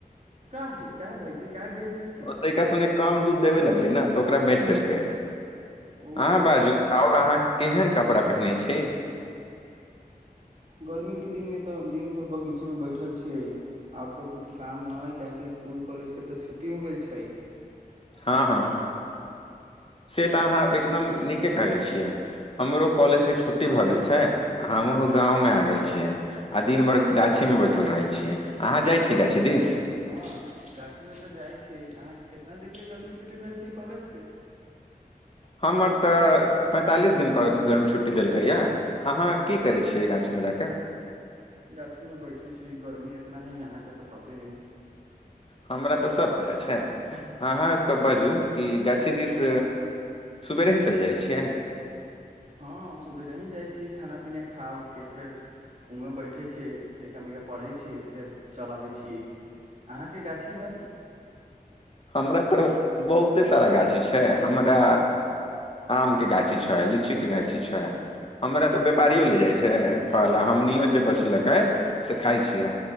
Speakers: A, on the right (about 50°); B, on the left (about 35°).
A: क है क ह भाजी क्य ब देल छी
B: तैका सुने कम दूध देबे लगलै ने तऽ ओकरा बेच देलकै
A: ओ
B: अह बाजू आओर अहाँ केहन कपड़ा पहिहनइ छै
A: गर्मी के दिन मे तऽ दिन भर बगीचा चमे बैठल छियै आओर तऽ कुछु काम नहि हइ काहेकि इसकुल कॉलेजके तऽ छुट्टी हो गेल छै
B: हँ हँ से तऽ अहाँ एकदम नीके कहैत छियै हमरो कॉलेजके छुट्टी भऽ गेल छै आ हमहू गाँवमे आ गेल छियै आ दिनभरि गाछीमे बैठल रहैत छियै अहाँ जाइत छी गाछी दिस
A: हँ गाछी में तऽ जाय छीियै अहां के कितना दिन के गर्मी छै छुट्ट भेल छै कॉलेजके
B: हमर तऽ पैंतालिस दिनके गर्मी छुट्टी देलकैए अहाँ की करै छियै गाछीमे जा कए
A: गाछीमे बैठे छी गर्मी इतना है यहाँके तऽ पते हइ
B: हमरा तऽ सभ पता छै अहाँके बाजू कि गाछी दृस सवेरे ही चलि जाइ छियै
A: हँ सुबेरे ही जाइ छी खाना पीना खा के फेर उह बैठै छियै तहििका मिका पढ़ै छियै फेर चल अबै छियै अहाँके गाछी ह
B: हमरा तऽ बहुते सारा गाछी छै हमरा आमके गाछी छै लीचीके गाछी छै हमरा तऽ व्यापारियो ले जाइत छै फल आ हमनियो जे बचलकै से खाइ छियै